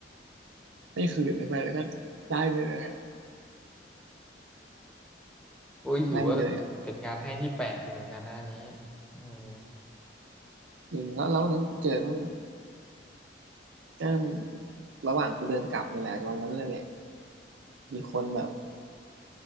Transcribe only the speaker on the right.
ไม่คืนไม่ไปแล้วก็ได้ไปเลย
ได้ไปเลยอ่ะ
อืมแล้วแล้ววันนั้นกูเจอมันก็ระหว่างกูเดินกลับนี่แหละวันนั้นเลยแหละมีคนแบบ